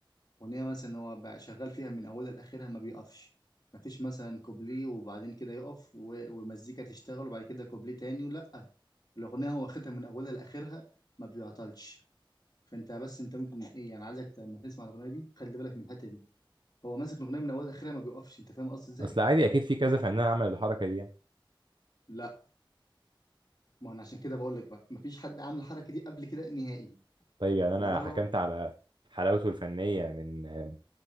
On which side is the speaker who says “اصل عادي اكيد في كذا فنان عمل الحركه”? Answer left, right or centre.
Right